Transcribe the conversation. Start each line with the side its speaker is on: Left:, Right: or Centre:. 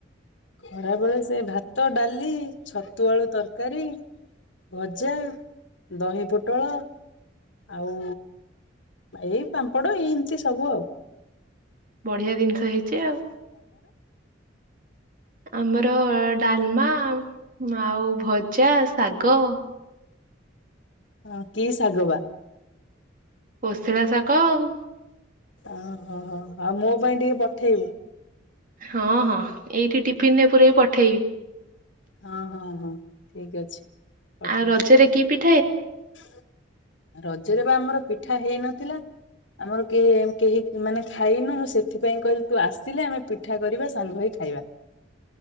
Left: ଖରାବେଳେ ସେ ଭାତ ଡାଲି ଛତୁଆଳୁ ତରକାରୀ ଭଜା ଦହି ପୋଟଳ ଆଉ ଏଇ ପାମ୍ପଡ଼ ଏଇ ଏମିତି ସବୁ ଆଉ
Right: ବଢିଆ ଜିନିଷ ହେଇଛି ଆଉ ଆମର ଡାଲମା ଆଉ ଆଉ ଭଜା ଶାଗ
Left: ହଁ କି ଶାଗ ବା
Right: କୋଷିଳା ଶାଗ ଆଉ
Left: ଓହୋ ହୋ ଆଉ ମୋ ପାଇଁ ଟିକେ ପଠେଇବୁ।
Right: ହଁ ହଁ। ଏଇଠି ଟିଫିନ ରେ ପୁରେଇବି ପଠେଇବି।
Left: ହଁ ହଁ ହଁ ଠିକ ଅଛି। ପଠାଅ
Right: ଆଉ ରଜରେ କି ପି
Left: <inaudible> ରଜରେ ବା ଆମର ପିଠା ହେଇନଥିଲା ଆମର କେ କେହି ମାନେ ଖାଇନୁ ମୁଁ ସେଥିପାଇଁ କହିଲି ତୁ ଆସିଲେ ଆମେ ପିଠା କରିବା ସାଙ୍ଗ ହେଇ ଖାଇବା।